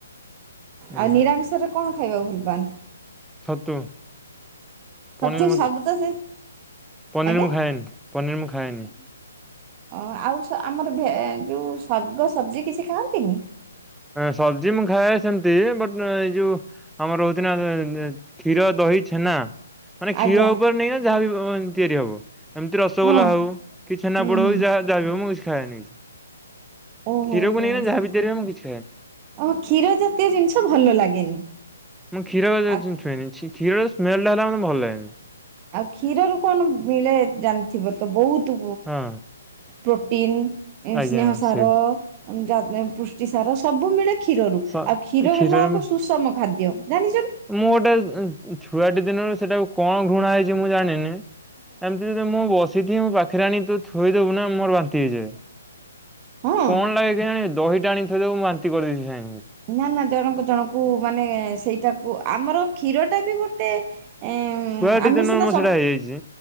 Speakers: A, in the centre; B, on the right (about 30°).
A: ଆଜ୍ଞା
B: ଆଉ ନିରାମିଷରେ କଣ ଖାଇବାକୁ ଭୁଲ ପାଆନ୍ତି?
A: ଛତୁ,
B: ଛତୁ
A: ପନିରି
B: ସବୁ ତ ସେ
A: ପନିର
B: ଆଜ୍ଞା।
A: ମୁଁ ଖାଏନି। ପନିରି ମୁଁ ଖାଏନି।
B: ଆଉ ସ ଆମର ଭେ ଯୋଉଁ ଶାଗ ସବଜି କିଛି ଖାଆନ୍ତିନି?
A: ସବଜି ମୁଁ ଖାଏ ସେମିତି ବୁଟ କିନ୍ତୁ ଏଇ ଯୋଉ ଆମର ହେଉଛି ନା କ୍ଷୀର, ଦହି, ଛେନା। ମାନେ କ୍ଷୀର
B: ଆଜ୍ଞା
A: ଉପରେ ନେଇକିନା ଯାହା ବି ତିଆରି ହବ ଏମିତି ରସଗୋଲା
B: ହଁ
A: ହଉ କି ଛେନାପୋଡ଼
B: ହୁଁ ହୁଁ
A: ହଉ କି ଯାହା ଯାହାବି ହୋଉ ମୁଁ କିଛି ଖାଏନି।
B: ଓହୋ
A: କ୍ଷୀରକୁ
B: ହୋ
A: ନେଇକି ଯାହା
B: ସେ
A: ଭିତରେ ମୁଁ କିଛି ଖାଏନି।
B: ଓ କ୍ଷୀର ଜାତୀୟ ଜିନିଷ ଭଲ ଲାଗେନି?
A: ମୁଁ କ୍ଷୀର
B: ଆଉ
A: ଛୁଇନି କ୍ଷୀର ସ୍ମେଲେ ସ୍ମେଲ ମୋତେ ଭଲ ଲାଗେନି।
B: ଆଉ କ୍ଷୀରରୁୁ କଣ ମିଳେ ଜାଣିଥିବେ ତ ବହୁତୁ
A: ହଁ
B: ପ୍ରୋଟିନ୍
A: ଆଜ୍ଞା
B: ସ୍ନେହ ସାର
A: ସେ
B: ଯା ପୁଷ୍ଟିସାର ସବୁ ମିଳେ। କ୍ଷୀରରୁ ଆଉ
A: ସ-
B: କ୍ଷୀର
A: କ୍ଷୀରରେ
B: ହେଲା ଏକ
A: ମୁଁ
B: ସୁଷମ ଖାଦ୍ୟ ଜାଣିଛନ୍ତି?
A: ମୁଁ ଗୋଟେ ଛୁଆଟି ଦିନରୁ ସେଟାକୁ କଣ ଘୃଣା ହେଇଛି ମୁଁ ଜାଣିନି ଏମିତି ମୁଁ ବସିଛିି ମୋ ପାଖରେ ଆଣି ତୁ ଥୋଇଦବୁ ନା ମୋର ବାନ୍ତି ହେଇଯାଏ।
B: ହଁ ହଁ।
A: କଣ ଲାଗେ କେୟାଣୀ ଦହିଟା ଆଣିଥୋଇଦେବୁ ବାନ୍ତି କରି। <inaudible>
B: ନା ନା ଜଣକ ଜଣଙ୍କୁ ମାନେ ସେଇଟାକୁ ଆମର କ୍ଷୀର ଟା ବି ଗୋଟେ ଏ
A: ଛୁଆଟି
B: ଆମେ
A: ଦିନରୁ
B: ସିନା
A: ମୋର
B: ସବୁ
A: ସେଇଟା ହେଇଯାଇଛି।